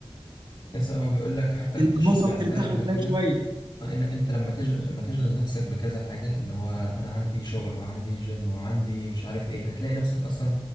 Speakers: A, on the left; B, on the right.
A: لسه هو بيقول لك حتى
B: انت
A: كنتش
B: ممكن
A: سمعتها
B: تروح ترتاح
A: قبل
B: وتنام
A: كده
B: شويه
A: آه، ان انت لما تشغل لما تشغل نفسك بكذا حاجه اللي هو انا عندي شغل وعندي جيم وعندي مش عارف ايه هتلاقي نفسك اصلا